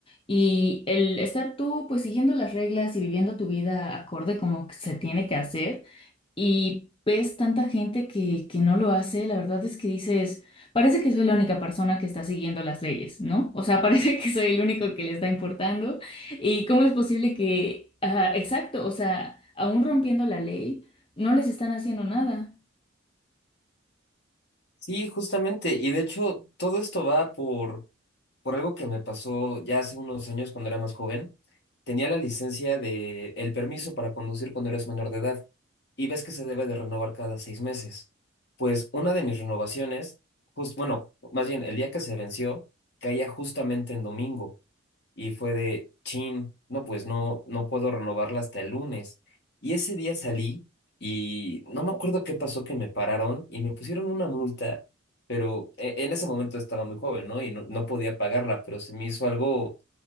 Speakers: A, on the left (about 25°); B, on the left (about 55°).
A: y el estar tú pues siguiendo las reglas y viviendo tu vida acorde como que se tiene que hacer y ves tanta gente que, que no lo hace, la verdad es que dices, parece que soy la única persona que está siguiendo las leyes, ¿no? O sea, <laughs> parece que soy el único que le está importando y cómo es posible que, ah, exacto, o sea, aún rompiendo la ley, no les están haciendo nada.
B: Sí, justamente. Y de hecho, todo esto va por... por algo que me pasó ya hace unos años cuando era más joven, tenía la licencia de el permiso para conducir cuando eres menor de edad y ves que se debe de renovar cada seis meses. Pues una de mis renovaciones, jus- bueno, más bien el día que se venció, caía justamente en domingo y fue de chin, no, pues no, no puedo renovarla hasta el lunes. Y ese día salí y no me acuerdo qué pasó que me pararon y me pusieron una multa pero e- en ese momento estaba muy joven, ¿no? Y no, no podía pagarla, pero se me hizo algo